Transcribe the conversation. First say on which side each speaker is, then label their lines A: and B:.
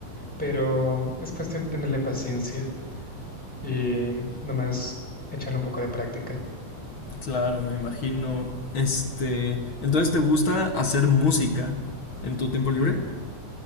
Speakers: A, in the centre; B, on the left.
A: pero es cuestión de tenerle paciencia y nomás echarle un poco de práctica.
B: Claro, me imagino. Este, entonces ¿te gusta hacer música en tu tiempo libre?